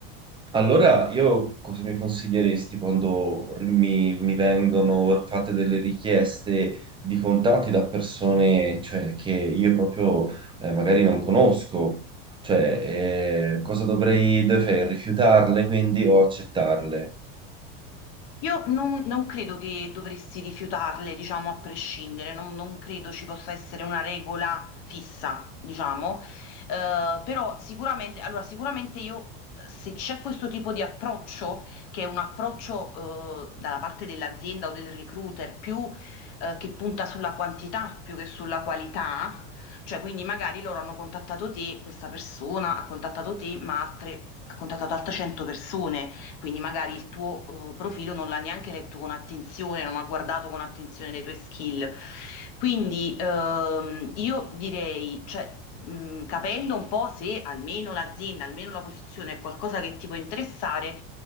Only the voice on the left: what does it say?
Io non, non credo che dovresti rifiutarle, diciamo, a prescindere, non, non credo ci possa essere una regola fissa, diciamo, Eh, però sicuramente, allora, sicuramente io, se c'è questo tipo di approccio, che è un approccio, eh, dalla parte dell'azienda o del recruiter, più, eh, che punta sulla quantità più che sulla qualità, cioè, quindi magari loro hanno contattato te, questa persona ha contattato te, ma altre, ha contattato altre 100 persone. Quindi magari il tuo eh, profilo non l'ha neanche letto con attenzione, non ha guardato con attenzione le tue skill. Quindi ehm, io direi, cioè, mh, capendo un po' se almeno l'azienda, almeno la posizione è qualcosa che ti può interessare,